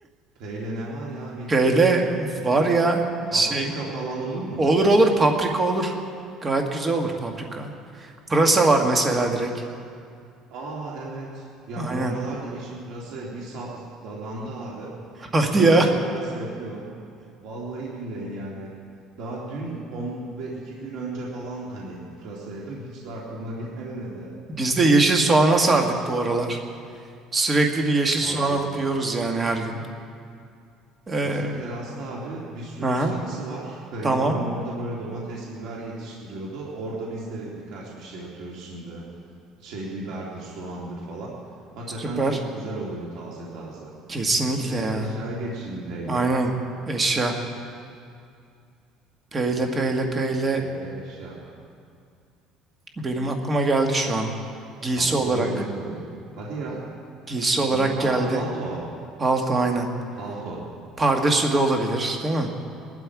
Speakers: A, on the right; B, on the right.
A: P ile ne var ya bitki?
B: Şöyle var ya
A: Paprika
B: şey
A: falan olur mu?
B: olur olur paprika olur. Gayet güzel olur paprika. Pırasa var mesela direkt.
A: Aa evet. Ya
B: Aynen.
A: bu aralar da eşim pırasaya bir sa- dadandı abi.
B: <laughs> Hadi
A: Sürekli
B: ya.
A: pırasa yapıyor. Vallahi billahi yani. Daha dün 10 ve 2 gün önce falan hani pırasa yedim. Hiç de aklıma <laughs> gelmedi.
B: Biz de yeşil soğana sardık bu aralar. Sürekli bir yeşil
A: Afiyet.
B: soğan alıp yiyoruz yani her gün. Ee,
A: Bizim terasta abi bir sürü
B: aha,
A: saksı var. Kayınbabam
B: tamam.
A: orada böyle domates, biber yetiştiriyordu. Orada biz de birkaç bir şey atıyoruz şimdi. Şey biberdir, soğandır falan. Hakikaten
B: Süper.
A: çok güzel oluyor taze taze.
B: Kesinlikle
A: Neyse
B: ya.
A: eşyaya geçeyim peyle.
B: Aynen. Eşya. Peyle
A: Aha
B: peyle peyle.
A: peyle eşya.
B: Benim aklıma geldi şu an. Giysi
A: Pasta
B: olarak.
A: da yemek oluyor. Hadi ya.
B: Giysi olarak
A: Ha
B: geldi.
A: palto.
B: Palto aynen.
A: Palto.
B: Pardesü de olabilir, değil mi?